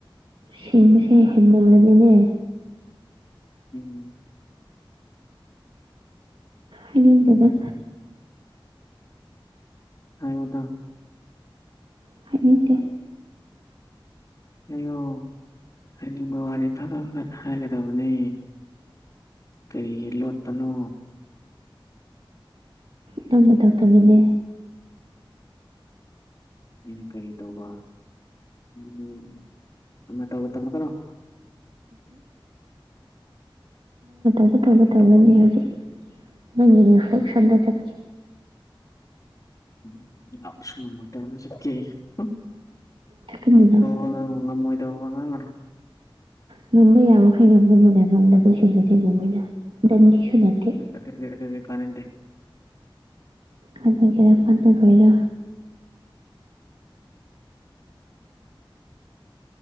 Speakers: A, on the right; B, on the left.
A: ꯁꯤꯡꯕꯁꯦ ꯍꯦꯟꯃꯜꯂꯗꯤꯅꯦ
B: ꯎꯝ
A: ꯍꯥꯏꯅꯤꯡꯗꯦꯗ
B: ꯍꯥꯏꯑꯣꯗ
A: ꯍꯥꯏꯅꯤꯡꯇꯦ
B: ꯍꯥꯏꯌꯣ ꯍꯥꯏꯅꯤꯡꯕ ꯋꯥꯗꯤ ꯐꯠ ꯐꯠ ꯐꯠ ꯍꯥꯏꯒꯗꯕꯅꯦ ꯀꯩꯒꯤ ꯂꯣꯠꯄꯅꯣ
A: ꯅꯪ ꯅꯇꯧ ꯇꯃꯤꯅꯦ
B: ꯑꯩꯅ ꯀꯔꯤ ꯇꯧꯕ ꯃꯤ ꯃꯇꯧꯒ ꯇꯃꯛꯀꯅꯣ
A: <inaudible>
B: ꯇꯧꯒꯅꯨ
A: ꯅꯪꯒꯤ ꯔꯤꯐ꯭ꯂꯦꯛꯁꯟꯗ ꯆꯠꯀꯦ
B: <inaudible> ꯆꯠꯀꯦ ꯑꯩꯁꯨ ꯎꯝ
A: ꯆꯠꯀꯅꯤꯅ
B: <inaudible> ꯉꯝꯃꯣꯏꯗꯧꯕ ꯋꯥ ꯉꯥꯡꯒꯅꯨ
A: ꯉꯝꯕ ꯌꯥꯃ ꯃꯈꯩ ꯉꯝꯕꯅꯤꯅ ꯉꯝꯗꯕꯁꯤꯡꯗꯨꯗꯤ ꯉꯃꯣꯏꯅ ꯗꯟꯗꯤꯁꯨ ꯅꯠꯇꯦ
B: ꯑꯗꯨꯅꯦ ꯑꯗꯨꯅꯦ ꯈꯠꯅꯅꯤꯡꯇꯦ
A: ꯍꯥꯏꯕꯤꯒꯦ ꯈꯪꯗꯕꯒꯤꯔꯣ